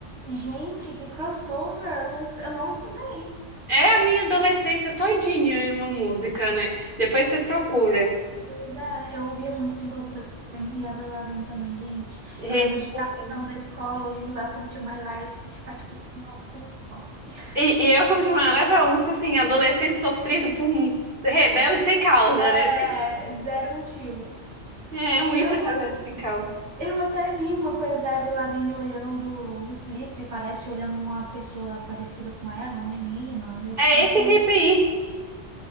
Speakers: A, on the right (about 80°); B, on the right (about 45°).
A: Gente, que crossover! Eu, nunca, eu não escutei.
B: É a minha adolescência todinha, é uma música, né? Depois você procura.
A: Pois é, eu ouvia muito Simple Plan e Avril Lavigne também, gente.
B: Gente,
A: Eu lembro
B: Simple
A: de estar
B: Plan.
A: voltando da escola ouvindo Welcome to My Life e ficar tipo assim, nossa, como sofre. <laughs>
B: E, e eu, como te falei, ela é uma música assim, adolescente sofrido por um rebelde sem causa,
A: É,
B: né?
A: zero motivos.
B: É é muita
A: Eu
B: razão tem causa.
A: Eu até vi uma coisa da Avril Lavigne olhando um clipe, parece olhando uma pessoa parecida com ela, uma menina, e aí ficaram
B: É esse
A: falando:
B: clipe aí.